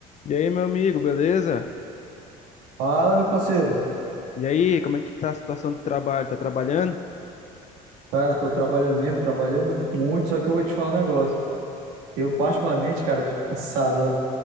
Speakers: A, on the left (about 40°); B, on the right (about 75°).
A: E aí, meu amigo, beleza?
B: Fala, meu parceiro.
A: E aí, como é que tá a situação do trabalho? Tá trabalhando?
B: Cara, tô trabalhando mesmo, trabalhando muito, só que eu vou te falar um negócio. Eu, particularmente, cara, tô cansado, ó.